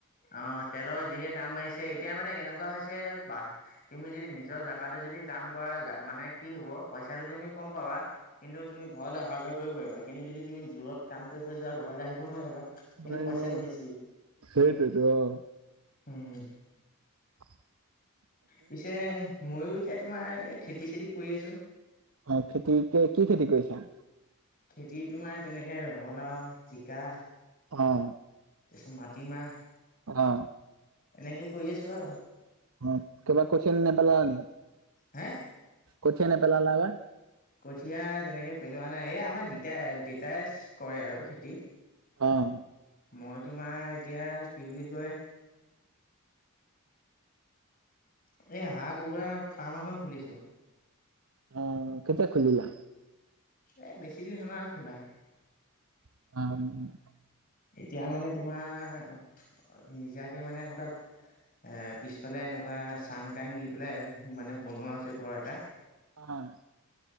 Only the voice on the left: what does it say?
অ', তেলৰ যিহে দাম বাঢ়িছে, এতিয়া মানে কেনেকুৱা হৈছে, বাহ তুমি যদি নিজৰ জাগাতে যদি কাম কৰা মানে কি হব পইচাটো তুমি কম পাবা। কিন্তু তুমি ঘৰলৈ অহা-যোৱা কৰিব পাৰিবা, কিন্তু যদি তুমি দূৰত কাম কৰিব যোৱা ঘৰলৈ আহিব নোৱাৰিবা। কিন্তু
পইচাটো
বেছি
উম।
পিছে মইয়ো এতিয়া তোমাৰ খেতি-চেতি কৰি আছোঁ।
খেতি তোমাৰ তেনেকে-ৰঙালাও, জিকা,
তাৰ পিছত মাটি মাহ।
এনেকে কৰি আছো আৰু।
হে?
কঠীয়া তেনেকে পেলোৱা নাই, এই আমাৰ দিতাই দেতাই কৰে আৰু খেতি।
মই তোমাৰ এতিয়া কি বুলি কয়? এ, হাঁহ-কুকুৰা ফাৰ্ম এখন খুলিছোঁ।
এ, বেছি দিন <unintelligible> খোলা।
এতিয়া মানে তোমাৰ নিজাকে মানে এনেকুৱা এ, পিছফালে এনেকুৱা চাং-টাং দি পেলাই মানে বনোৱা হৈছে ঘৰ এটা।